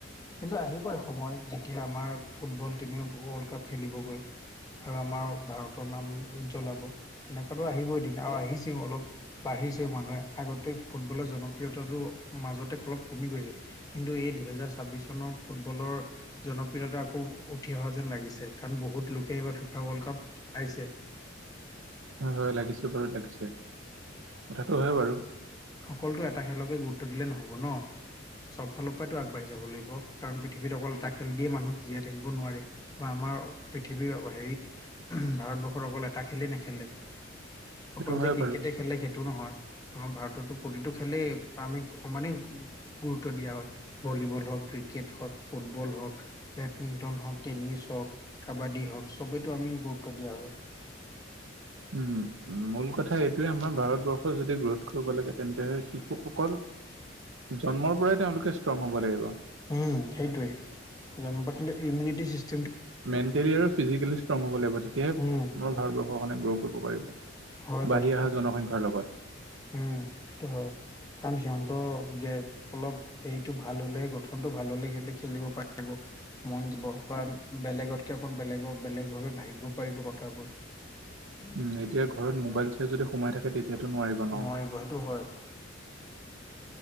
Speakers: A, on the left (about 20°); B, on the right (about 80°).
A: কিন্তু আহিব একসময়ত। এতিয়া আমাৰ ফুটবল টীমেও ৱৰ্ল্ড কাপ খেলিবগৈ। আৰু আমাৰ ভাৰতৰ নাম উজ্জ্বলাব। এনেকুৱাতো আহিবই এদিন আৰু আহিছেও অলপ বাঢ়িছে মানুহ। আগতে ফুটবলৰ জনপ্ৰিয়তাটো মাজতে অলপ কমি গৈছিল। কিন্তু এই দুহেজাৰ ছাব্বিশ চনৰ ফুটবলৰ জনপ্ৰিয়তা আকৌ উঠি অহা যেন লাগিছে কাৰণ বহুত লোকে এইবাৰ ফিফা ৱৰ্ল্ড কাপ চাইছে।
B: হয় হয় লাগিছে বাৰু লাগিছে। কথাটো হয় বাৰু
A: সকলতো এটা খেলকে গু ৰুত্ব দিলে নহ'ব ন, চব ফালৰ পৰাইতো আগবাঢ়ি যাব লাগিব। কাৰণ পৃথিৱীত অকল এটা খেল দিয়ে মানুহক জীয়াই থাকিব নোৱাৰে বা আমাৰ পৃথিৱীৰ হেৰিত ভাৰতবৰ্ষত অকল এটা খেলেই নেখেলে।
B: সেইটো
A: অকল
B: হয়
A: যে ক্ৰিকেটে
B: বাৰু
A: খেলে সেইটো নহয় আমাৰ ভাৰততো প্ৰতিটো খেলেই আমি সমানেই গুৰুত্ব দিয়া হয় ভলীবল হওঁক, ক্ৰি কেট হওঁক, ফুটবল হওঁক, বেডমিণ্টন হওঁক, টেনিছ হওঁক, কাবাডী হওঁক। চবেইেতো আমি গুৰুত্ব দিয়া হয়।
B: উম মূল কথা এইটোয়ে আমাৰ ভাৰতবৰ্ষ যদি গ্ৰোথ কৰিব লাগে তেন্তে শিশুসকল জন্মৰ পৰাই তেওঁলোকে ষ্ট্ৰং হব লাগিব।
A: উম সেইটোৱে জন্মৰ পৰাই কিন্তু ইমিউনিটিষ্টম
B: মেণ্টেলি আৰু ফিজিকেলি ষ্ট্ৰং হব লাগিব তেতিয়াহে
A: উম,
B: আমাৰ ভাৰতবৰ্ষৰ কাৰনে গ্ৰ' কৰিব পাৰিব।
A: হয়
B: বাঢ়ি
A: কথাটো,
B: অহা জনসংখ্যাৰ লগত
A: উম সেইটো হয়। কাৰণ সিহঁতৰ গে অলপ হেৰিটো ভাল হ'লে গঠনটো ভাল হ'লে সিহঁতে খেলিব পাৰিব, মন দিব। বা বেলেগতকে অকণ বেলেগৰ বেলেগ ভাৱে ভাবিব পাৰিব কথাবোৰ। নোৱাৰি
B: উম এতিয়া ঘৰত মোবাইল চাই যদি সোমাই থাকে তেতিয়াতো নোৱাৰিব ন।
A: ব সেইটো হয়।